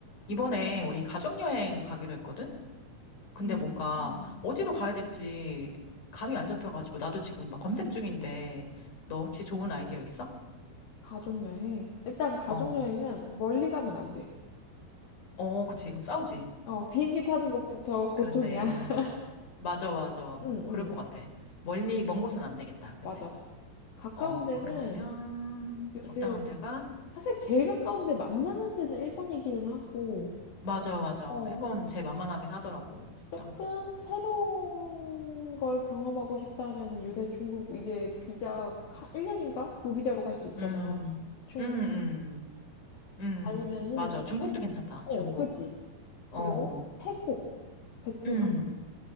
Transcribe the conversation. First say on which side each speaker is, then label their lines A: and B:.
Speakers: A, on the left (about 50°); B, on the left (about 65°).
A: 이번에 우리 가족여행 가기로 했거든? 근데
B: 음.
A: 뭔가
B: 음.
A: 어디로 가야 될지 감이 안 잡혀가지고 나도 지금 막 검색 중인데 너 혹시 좋은 아이디어 있어?
B: 가족여행. 일단 가족여행은
A: 어,
B: 멀리 가면 안 돼.
A: 어, 그치. 그럼 싸우지.
B: 어, 비행기 타는 것부터 고통이야.
A: 그렇네.
B: <laughs>
A: 맞아, 맞아.
B: 응,
A: 그럴
B: 응,
A: 것 같아. 멀리, 먼 곳은 안 되겠다. 그치?
B: 맞아. 가까운
A: 어,
B: 데는
A: 그러면
B: 요새,
A: 적당한 데가?
B: 사실 제일 가까운 데 만만한 데는 일본이기는 하고,
A: 맞아, 맞아.
B: 어,
A: 일본 제일 만만하긴 하더라고. 진짜.
B: 조금 새로운 걸 경험하고 싶다면 요새 중국 이제 비자 1년인가? 무비자로 갈 수 있잖아.
A: 음,
B: 중국
A: 음, 음, 음.
B: 아니면은,
A: 맞아. 중국도 괜찮다.
B: 어,
A: 중국.
B: 그치.
A: 어,
B: 그리고 태국, 베트남.
A: 음.